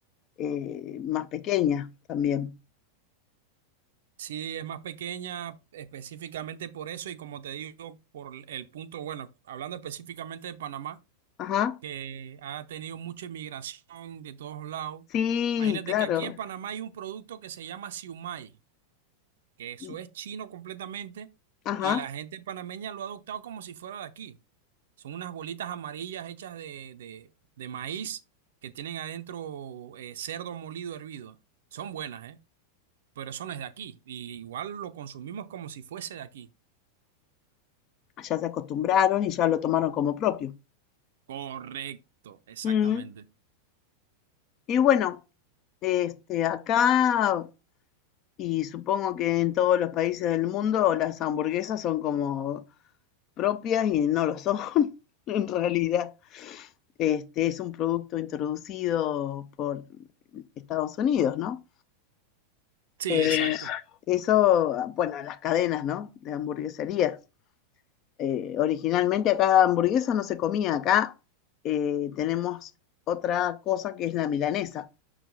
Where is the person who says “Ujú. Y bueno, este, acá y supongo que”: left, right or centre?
Left